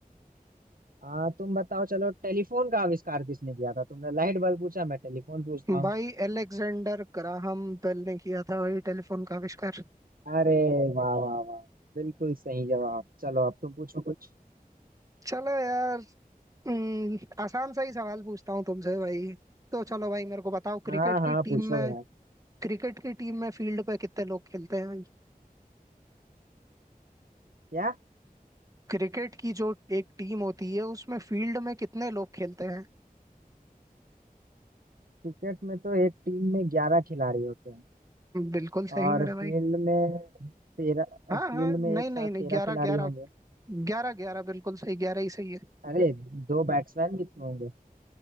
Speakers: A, on the right (about 70°); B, on the right (about 20°).
A: आ, तुम बताओ चलो टेलीफोन का आविष्कार किसने किया था तुमने लाइट बल्ब पूछा मैं टेलीफोन पूछता हूँ
B: भाई एलेक्जेंडर ग्राहम बेल ने किया था भाई टेलीफोन का आविष्कार
A: अरे वाह वाह वाह बिल्कुल सही जवाब चलो अब तुम पूछो कुछ
B: चलो यार हम्म, आसान सा ही सवाल पूछता हूँ तुमसे भाई तो चलो भाई मेरे को बताओ क्रिकेट
A: हाँ हाँ
B: की टीम
A: पूछो
B: में
A: यार
B: क्रिकेट की टीम में फील्ड पे कितने लोग खेलते हैं भाई
A: क्या
B: क्रिकेट की जो एक टीम होती है उसमें फील्ड में कितने लोग खेलते हैं
A: क्रिकेट में तो एक टीम में ग्यारह खिलाड़ी होते हैं
B: बिल्कुल सही
A: और
B: मेरे
A: फील्ड
B: भाई
A: में तेरह
B: हाँ
A: फील्ड
B: हाँ नहीं
A: में एक साथ
B: नहीं नहीं
A: तेरह
B: ग्यारह
A: खिलाड़ी
B: ग्यारह
A: होंगे
B: ग्यारह ग्यारह बिल्कुल सही ग्यारह ही सही है
A: अरे दो बैट्समैन भी तो होंगे